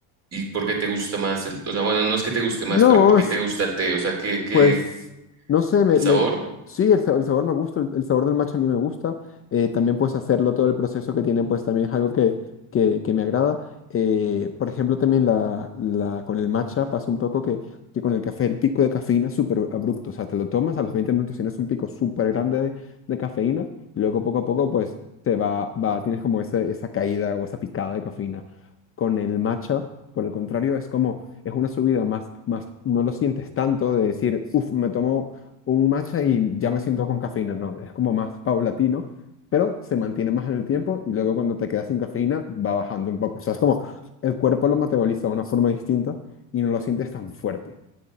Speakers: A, on the right; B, on the left.
A: y por qué te gusta más el, o sea, bueno, no es que te guste más,
B: no,
A: pero ¿por qué
B: es,
A: te gusta el té? O sea, ¿qué, qué,
B: Pues, no sé, me,
A: el sabor?
B: me- sí, el, sa- el sabor me gusta, el, el sabor del matcha a mí me gusta. eh, también pues hacerlo, todo el proceso que tiene, pues también es algo que, que, que me agrada. eh, por ejemplo, también la, la, con el matcha pasa un poco que, que con el café el pico de cafeína es súper abrupto. O sea, te lo tomas, a los 20 minutos tienes un pico súper grande de, de cafeína, y luego poco a poco pues te va, va, tienes como ese- esa caída o esa picada de cafeína. Con el matcha, por el contrario, es como es una subida más, más, no lo sientes tanto de decir, uff, me tomo un matcha y ya me siento con cafeína. No, es como más paulatino, pero se mantiene más en el tiempo y luego cuando te quedas sin cafeína va bajando un poco. O sea, es como el cuerpo lo metaboliza de una forma distinta y no lo sientes tan fuerte.